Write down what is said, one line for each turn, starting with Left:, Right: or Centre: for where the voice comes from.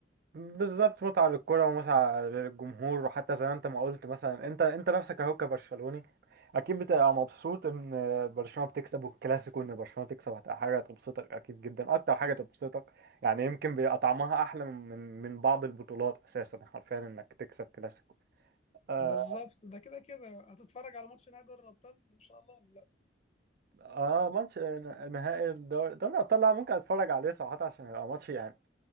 Right: بالظبط متعة للكرة ومتعة للجمهور وحتى زي ما انت ما قلت مثلا انت انت نفسك اهو كبرشلوني اكيد بتبقى مبسوط ان برشلونة بتكسب والكلاسيكو ان برشلونة تكسب هتبقى حاجة تبسطك اكيد جدا اكتر حاجة تبسطك يعني يمكن بيبقى طعمها احلى من من من بعض البطولات اساسا حرفيا انك تكسب كلاسيكو آه
Left: بالظبط ده كده كده هتتفرج على ماتش نهائي دوري الابطال ان شاء الله ولا لا
Right: اه ماتش نهائي الدوري دوري الابطال لا ممكن اتفرج عليه صراحة عشان يبقى ماتش يعني